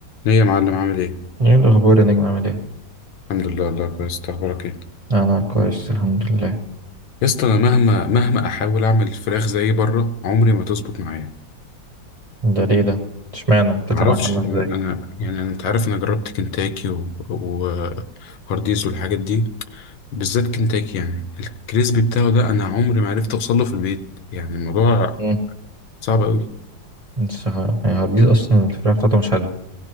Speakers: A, on the left; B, on the right.
A: ايه يا معلم عامل ايه؟
B: ايه الاخبار يا نجم عامل ايه
A: الحمد لله الله كويس انت اخبارك ايه؟
B: انا كويس الحمد لله
A: يا اسطى انا مهما مهما احاول اعمل الفراخ زي بره عمري ما تظبط معايا
B: ده ليه ده اشمعنى بتطلع
A: معرفش
B: معاك عامله
A: انا
B: ازاي
A: أنا- يعني انا انت عارف انا جربت كنتاكي و- وهارديز والحاجات دي بالذات كنتاكي يعني الكريسبي بتاعه ده انا عمري ما عرفت اوصل له في البيت يعني الموضوع
B: امم
A: صعب قوي
B: بس ه- يعني هارديز اصلا الفراخ بتاعته مش حلوه